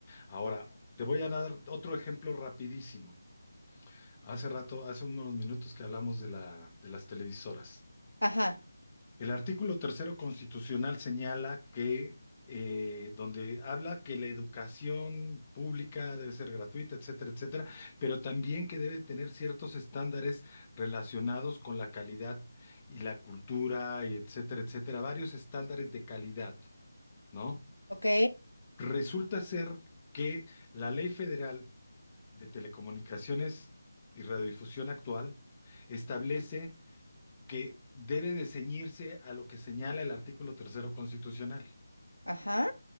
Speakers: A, on the left (about 20°); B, on the left (about 85°).
A: Ahora, te voy a dar otro ejemplo rapidísimo. Hace rato, hace unos minutos que hablamos de la, de las televisoras.
B: Ajá.
A: El artículo tercero constitucional señala que, eh, donde habla que la educación pública debe ser gratuita, etcétera, etcétera, pero también que debe tener ciertos estándares relacionados con la calidad y la cultura, y etcétera, etcétera, varios estándares de calidad, ¿no?
B: Ok.
A: Resulta ser que la Ley Federal de Telecomunicaciones y Radiodifusión actual establece que debe de ceñirse a lo que señala el artículo tercero constitucional.
B: Ajá.